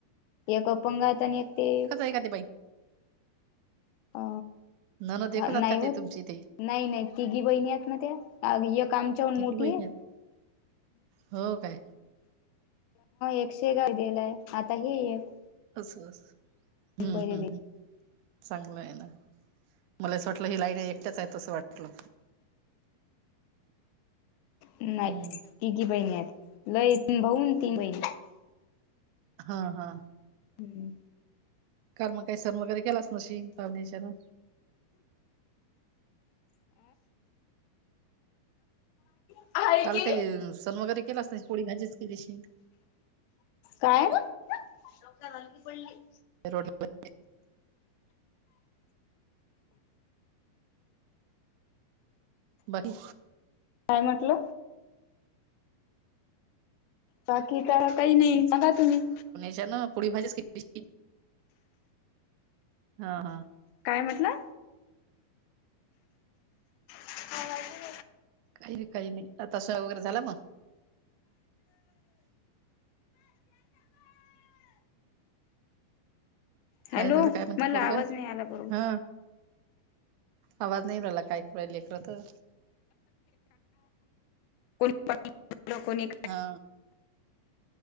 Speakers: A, on the left; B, on the right.
A: एक अपंगात आणि एक ते
B: ती काय बाई
A: अ
B: ननद एकच
A: ह
B: आहेत
A: नाही
B: का ते
A: होत
B: तुमची ते
A: नाही नाही तिघी बहिणी आहेत ना त्या ऐक आमच्याहून
B: तिघी
A: मोठी
B: बहिणी
A: आहे
B: आहेत हो काय
A: एकशे गाय दिलाय आता हे एक
B: अस अस हम्म
A: मुंबईला
B: हम्म
A: दे
B: हम् चांगलं आहे ना मला असं वाटलं ही लाईन एकट्याच आहेत असं वाटलं
A: नाही
B: हम्म
A: तिघी बहिणी आहेत. लय भाऊून तीन बहिणी
B: हा हा
A: हम्म
B: काल मग काही सण वगैरे केलाच नशिन, पावण्याच्यान.
A: अ आहे
B: काल
A: की
B: काय सण वगैरे केलास नाही. पोळी भाजीच केली अशिल.
A: काय <unintelligible> पडली
B: रोड <unintelligible> बाकी
A: काय म्हटल? बाकी तर काही नाही. सांगा तुम्ही.
B: त्यांना पुडी भाजीच केली. हा हा
A: काय म्हटल. <unintelligible>
B: काही नाही, काही नाही. आता सण वगैरे झाला मग. काय
A: हॅलो
B: झाल काय म्हणते
A: मला
B: पोरग.
A: आवाज नाही आला बरोबर
B: हा आवाज नाही येऊ राहिल काय करू रायले लेकर तर.
A: कोणी <unintelligible> कोणी
B: हा